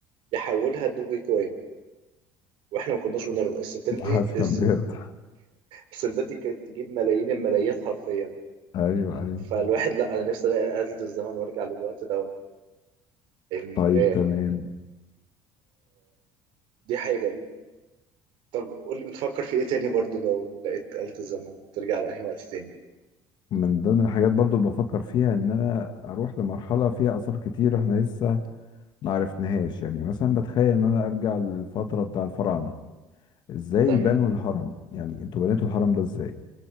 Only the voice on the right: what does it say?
يحولها لدوجي كوين واحنا ما كناش بنرضى السنتات
دي
الس-
السنتات دي كانت تجيب ملايين الملايين حرفيا
فالواحد لا انا نفسي الاقي آلة الزمن وارجع للوقت دوت ان
دي حاجة طب قول لي بتفكر في ايه تاني برضو لو لقيت آلة الزمن ترجع لأنهي وقت تاني
تمام